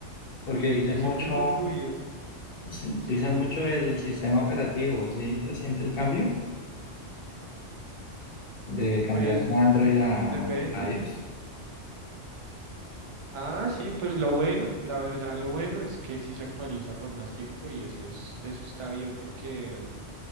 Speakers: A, on the left (about 55°); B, on the right (about 35°).
A: Porque
B: Y,
A: dicen
B: y siempre
A: mucho,
B: es muy fluido,
A: dicen
B: es fluido.
A: mucho del sistema operativo, ¿sí? ¿Se siente el cambio de cambiar
B: Pues
A: de Android
B: mm,
A: a
B: depende,
A: a iOS?
B: sí. Ah, sí, pues lo bueno, la verdad, lo bueno es que sí se actualiza por más tiempo y eso es, eso está bien porque mm,